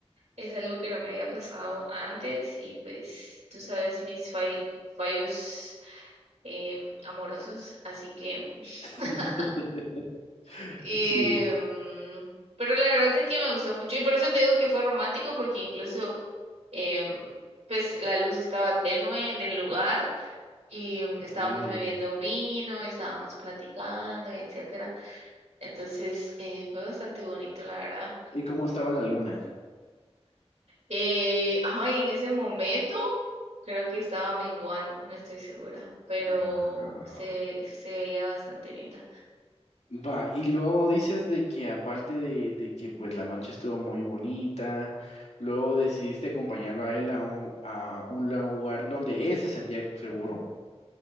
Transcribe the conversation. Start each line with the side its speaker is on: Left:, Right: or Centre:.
Right: es algo que no me había pasado antes y pues tú sabes mis fall- fallos em, amorosos, así que... <laughs>
Left: <laughs>
Right: Y,
Left: Sí.
Right: em, pero la verdad es que me gustó mucho y por eso te digo que fue romántico, porque incluso em, pues la luz estaba tenue del lugar y em, estábamos
Left: Ay,
Right: bebiendo vino, estábamos platicando, etcétera. Entonces eh, fue bastante bonito, la verdad.
Left: ¿Y cómo estaba la luna?
Right: Eh, ay, en ese momento creo que estaba menguando, no estoy segura, pero
Left: Wow.
Right: se, se veía bastante linda.
Left: Va, y luego dices de que aparte de, de que pues la noche estuvo muy bonita, luego decidiste acompañarlo a él a un, a un lugar donde él se sentía seguro.